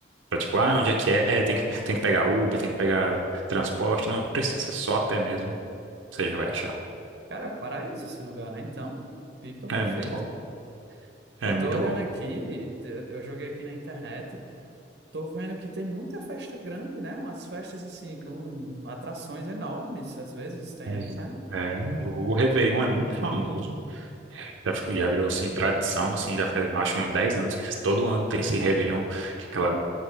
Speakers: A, on the right; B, on the right.
A: Pra, tipo, ah,
B: Go-
A: onde é que é? Tem que, tem que pegar Uber, tem que pegar transporte, não precisa, é só a pé mesmo, você já vai achar.
B: Cara, é o paraíso esse lugar, né? Então, pipa perfeita.
A: É muito bom, é
B: Eu
A: muito
B: tô olhando
A: bom.
B: aqui, eu eu joguei aqui na internet. Tô vendo que tem muita festa grande, né? Umas festas assim, com atrações enormes, às vezes tem
A: Mas,
B: aí, né?
A: é, o Réveillon é muito famoso, já, ficou- já virou, assim, tradição, assim, já faz mais de uns 10 anos que todo ano tem esse Réveillon, que é aquela